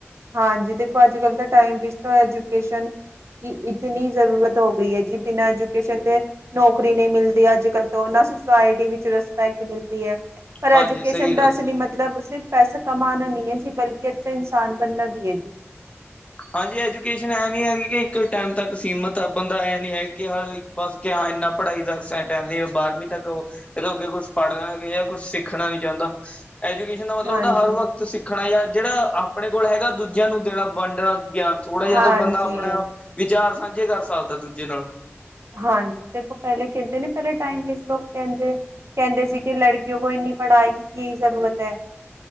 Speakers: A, on the right; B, on the left.
A: ਹਾਂਜੀ, ਦੇਖੋ ਅੱਜ ਕੱਲ ਦੇ ਟਾਈਮ ਵਿੱਚ ਤਾਂ ਐਜੂਕੇਸ਼ਨ ਕੀ ਇਤਨੀ ਜ਼ਰੂਰਤ ਹੋਗ ਗਈ ਹੈ ਜੀ ਬਿਨਾਂ ਐਜੂਕੇਸ਼ਨ ਦੇ ਨੌਕਰੀ ਨਹੀਂ ਮਿਲਦੀ ਅੱਜ ਕਲ ਤੋਂ ਨਾ ਸੁਸਾਇਟੀ ਵਿੱਚ ਰਿਸਪੈਕਟ ਮਿਲਦੀ ਹੈ‌। ਪਰ ਐਜੂਕੇਸ਼ਨ
B: ਹਾਂਜੀ ਸਹੀ
A: ਦਾ
B: ਗੱਲ
A: ਅਸਲੀ ਮਤਲਬ ਸਿਰਫ ਪੈਸਾ ਕਮਾਨਾ ਨਹੀਂ ਹੈ ਜੀ ਬਲਕਿ ਅੱਛਾ ਇਨਸਾਨ ਬਣਨਾ ਵੀ ਹੈ ਜੀ।
B: ਹਾਂਜੀ ਐਜੂਕੇਸ਼ਨ ਐਂ ਨੀ ਹੈਗੀ ਕਿ ਇੱਕ ਟਾਈਮ ਤੱਕ ਸੀਮਿਤ ਆ ਬੰਦਾ ਐ ਨੀ ਹੈ ਕਿ ਹ ਬਸ ਕਿ ਹਾਂ ਇੰਨਾ ਪੜ੍ਹਾਈ ਦਾ ਸੈਟ ਇੰਦੇ ਬਾਰਵੀਂ ਤੱਕ ਉਹ ਇਹਦੋ ਅੱਗੇ ਕੁਛ ਪੜ੍ਹਨਾਗੇ ਜਾਂ ਕੁਛ ਸਿੱਖਣਾ ਨੀ ਚਾਹੁੰਦਾ। ਐਜੂਕੇਸ਼ਨ ਦਾ ਮਤਲਬ
A: ਹਾਂਜੀ
B: ਹੁੰਦਾ ਹਰ ਵਕਤ ਸਿੱਖਣਾ ਜਾਂ ਜਿਹੜਾ ਆਪਣੇ ਕੋਲ ਹੈਗਾ ਦੂਜਿਆਂ ਨੂੰ ਦੇਣਾ ਵੰਡਣਾ ਗਿਆਨ ਥੋੜ੍ਹਾ ਜਿਹਾ
A: ਹਾਂਜੀ
B: ਤਾਂ ਬੰਦਾ ਆਪਣੇ ਵਿਚਾਰ ਸਾਂਝੇ ਕਰ ਸਕਦਾ ਦੂਜੇ ਨਾਲ।
A: ਹਾਂਜੀ ਦੇਖੋ ਪਹਿਲੇ ਕਹਿੰਦੇ ਨੇ ਪਹਿਲੇ ਟਾਈਮ ਚ ਲੋਕ ਕਹਿੰਦੇ ਕਹਿੰਦੇ ਸੀ ਕਿ ਲੜਕਓ ਕੋ ਇੰਨੀ ਪੜ੍ਹਾਈ ਕਿ ਕੀ ਜ਼ਰੂਰਤ ਹੈ।